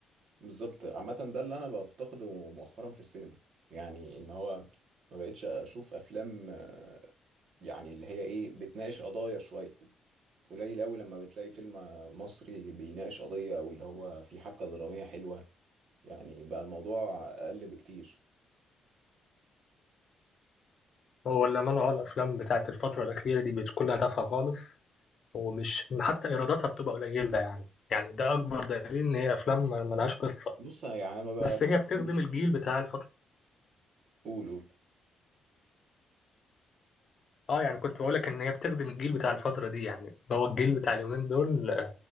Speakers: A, on the right; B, on the left.
A: بالظبط عامة ده اللي انا بفتقده مؤخرا في السينما يعني ان هو ما بقتش اشوف افلام آه، يعني اللي هي ايه بتناقش قضايا شوية قليل قوي لما بتلاقي فيلم مصري بيناقش قضية او اللي هو فيه حبكة درامية حلوة يعني بقى الموضوع اقل بكتير
B: هو الأمانة أه الأفلام بتاعت الفترة الأخيرة دي بتكون لها تافهة خالص ومش حتى إيراداتها بتبقى قليلة يعني يعني ده أكبر دليل إن هي أفلام ما- ملهاش قصة
A: بص يعني انا ما بقى
B: بس
A: بصراحة
B: هي بتخدم
A: مش
B: الجيل بتاع الفترة
A: قول قول
B: اه يعني كنت بقولك ان هي بتخدم الجيل بتاع الفترة دي يعني هو الجيل بتاع اليومين دول آه،